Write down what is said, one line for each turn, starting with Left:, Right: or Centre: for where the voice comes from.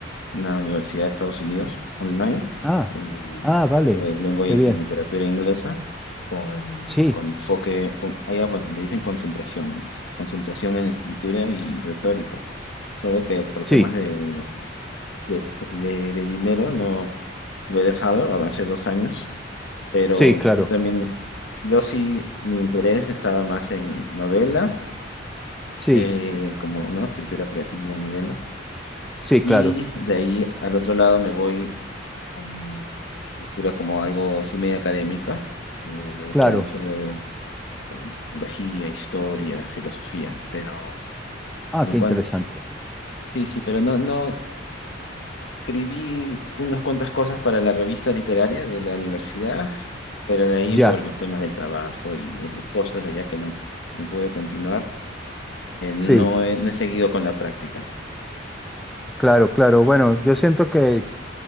Left: una universidad de Estados Unidos online,
Centre: Ah,
Left: eh,
Centre: ah, vale,
Left: eh, lengua y,
Centre: qué bien.
Left: y literatura inglesa, con,
Centre: Sí,
Left: con enfoque, con- allá, bueno, le dicen concentración, ¿no? Concentración en escritura y retórica. Solo que por
Centre: sí,
Left: temas de, de, de- de dinero no lo he dejado, avancé dos años pero
Centre: sí, claro.
Left: yo también, yo sí, mi interés estaba más en novela,
Centre: Sí,
Left: eh, como, ¿no? Escritura creativa, novela,
Centre: sí,
Left: y
Centre: claro,
Left: de ahí al otro lado me voy a la escritura como algo sí medio académica, Eh, me gusta
Centre: claro.
Left: mucho eh, teología, historia, filosofía, pero
Centre: Ah,
Left: en
Centre: qué
Left: cuanto,
Centre: interesante.
Left: sí, sí, pero no, no, escribí unas cuantas cosas para la revista literaria de la universidad, pero de ahí
Centre: Ya,
Left: por los temas del trabajo y los costos allá que no, no pude continuar. eh, no
Centre: sí,
Left: he, no he seguido con la práctica.
Centre: claro, claro. Bueno, yo siento que,